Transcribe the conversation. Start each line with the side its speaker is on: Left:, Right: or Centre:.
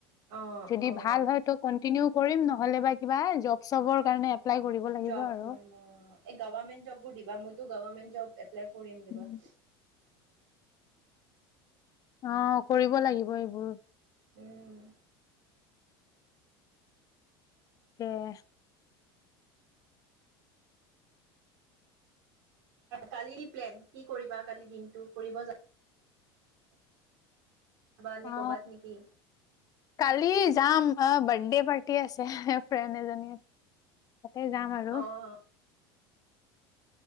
Right: অ',
Left: যদি
Right: অ',
Left: ভাল হয়তো ক নহলে বা কিবা জব চবৰ কাৰণে এপ্লাই কৰিব লাগিব
Right: জব
Left: আৰু
Right: কৰিম এই গবানেট জবোৰ দিবা মতো গভমেট জব এ এপ্লাই কৰিম দিবা
Left: উম,
Right: <inaudible>
Left: অ কৰিব লাগিব এইবোৰ
Right: উম <inaudible>
Left: কে <inaudible>
Right: কালি প্লেন কি কৰিবা কালি দিনটো ফুৰিব যা যাবা নে
Left: অ
Right: ক'বাত নেকি?
Left: কালি যাম অ বাৰ্থডে পাৰ্টি আছে ফ্ৰেড এজনী <inaudible> তাতে যাম আৰু
Right: অ',
Left: <inaudible>